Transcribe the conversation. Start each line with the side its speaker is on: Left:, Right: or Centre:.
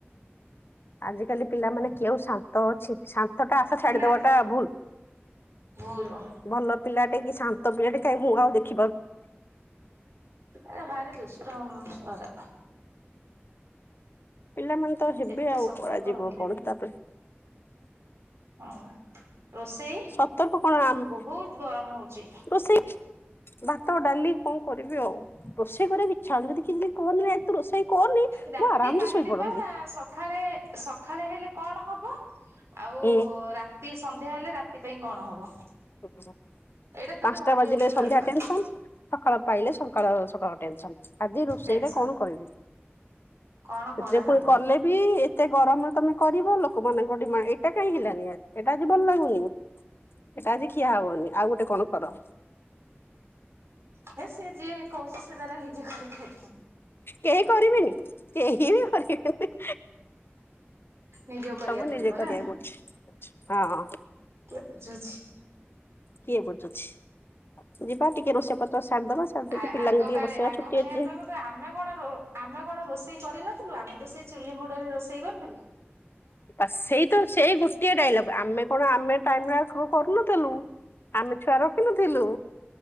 Left: ଆଜିକାଲି ପିଲାମାନେ କେଉ ଶାନ୍ତ ଅଛି। ଶାନ୍ତ ଟା ଆଶା ଛାଡିଦବାଟା
Right: ନା
Left: ଭୁଲ
Right: ଭୁଲ।
Left: ଭଲ ପିଲାଟେ କି ଶାନ୍ତ ପିଲା ଟେ କାଇଁ ମୁଁ ଆଉ ଦେଖି
Right: ଆରେ ଭାରି ଦୁଷ୍ଟ ଛୁଆ ଗୁରା।
Left: ପିଲାମାନେ ତ ହେବେ
Right: ଯେତେ
Left: ଆଉ
Right: ସତର୍କ
Left: କରାଯିବ
Right: ରହିଲେ
Left: କଣ
Right: ବି
Left: ତାପରେ
Right: ହଁ। ରୋଷେଇ
Left: ସତର୍କ କଣ ଆମ।
Right: ବହୁତ ଗରମ ହଉଛି
Left: ରୋଷେଇ ଭାତ ଡାଲି କଣ କରିବି ଆଉ। ରୋଷେଇ କରିବାକୁ ଇଚ୍ଛା ହଉନି ଯଦି କିଛି ବି କୁହନ୍ତି ଏତୁ ରୋଷେଇ। କରନି
Right: ରାତି
Left: ମୁଁ ଆରାମସେ
Right: ପାହିଲେ
Left: ଶୋଇପଡନ୍ତି
Right: ପା ସଖାଳେ ସଖାଳେ ହେଲେ କଣ ହବ ଆଉ
Left: ଏ
Right: ରାତି ସନ୍ଧ୍ୟା ହେଲେ ରାତି ପାଇଁ କଣ ହବ।
Left: ବାସ
Right: ଏଇଟା ତୋତେ
Left: ପାଞ୍ଚଟା
Right: ଭାବିବାକୁ
Left: ବାଜିଲେ
Right: ପଡିବ
Left: ସନ୍ଧ୍ୟା
Right: ଆଗୁଆ
Left: ଟେନସନ ସକାଳ ପାଇଲେ ସକାଳ ସ କାଳ ଟେନସନ୍। ଆଜି ରୋଷେଇ
Right: ଟେନସନ
Left: ଟା କଣ କରିବି
Right: କଣ
Left: ସେଥିରେ
Right: କରାହବ
Left: ପୁଣି କଲେ ବି ଏତେ। ଗରମରେ ତମେ କରିବ ଲୋକମାନଙ୍କ ଡିମାଣ୍ଡ ଏଇଟା କାଇଁ ହେଲାନି ଏଟା ଆଜି ଭଲ ଲାଗୁନି। ଏଇଟା ଆଜି ଖିଆ ହବନି ଆଉ ଗୋଟେ କଣ କର।
Right: ହେ ସେ ଯିଏ କହୁଛି ସେ ତାରା ନିଜେ କରିକି ଖାଇଦ
Left: କେହି କରିବିନି କେହି ବି କରିବେନି।
Right: ନିଜକୁ କରିବାକୁ
Left: ସବୁ ନିଜେ
Right: ପଡିବ
Left: କରିବାକୁ
Right: ନା
Left: ପଡୁଛି ହଁ।
Right: କିଏ ବୁଝୁଛି
Left: କିଏ ବୁଝୁଛି ଯିବା ଟିକେ ରୋଷେଇ ପତ୍ର ସାରିଦବା। ସାରି ଦେଇକି
Right: ଆ-ଆଗ
Left: ପିଲାଙ୍କୁ ଟିକେ
Right: କାଳିଆ
Left: ବସେଇବା
Right: ଆଗକାଳିଆ
Left: ଛୁଟି ଅଛି।
Right: ତ କହ ଆମେ କଣ ରୁ ଆମେ କଣ ରୋଷେଇ କରିନଥିଲୁ ଆମେ ତ ସେଇ ଚୁଲି ମୁଡରେ ରୋଷେଇ କରିଥିଲୁ।
Left: ବାସ ସେଇ ତ ସେଇ ଗୋଟିଏ ଡାଇଲଗ ଆମେ କଣ ଆମେ ଟାଇମରେ ଆଉ କ କରୁନଥିଲୁ ଆମେ ଛୁଆ ରଖିନଥିଲୁ।